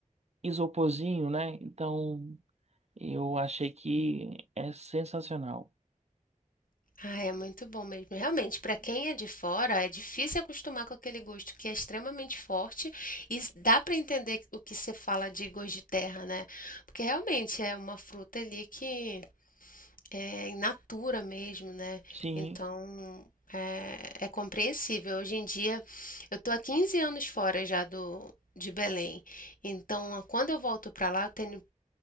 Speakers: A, on the right; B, on the left.
A: isoporzinho, né? Então, eu achei que é sensacional.
B: Ah, é muito bom mesmo. Realmente, para quem é de fora, é difícil acostumar com aquele gosto que é extremamente forte e s- dá para entender o que você fala de gosto de terra, né? Porque realmente é uma fruta ali que é in natura mesmo, né?
A: Sim,
B: Então é, é compreensível. Hoje em dia eu tô há 15 anos fora já do de Belém. Então, quando eu volto para lá, eu tenho